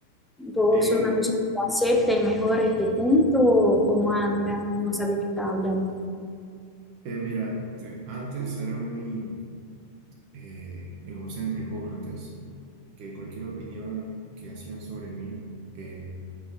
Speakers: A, in the centre; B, on the right.
A: vos
B: Eh,
A: sos una persona que acepta y mejora este punto, o como, ah, mira, no sabe qué está hablando.
B: eh, mira, te- antes era muy eh, egocéntrico, antes, que cualquier opinión que hacían sobre mí eh,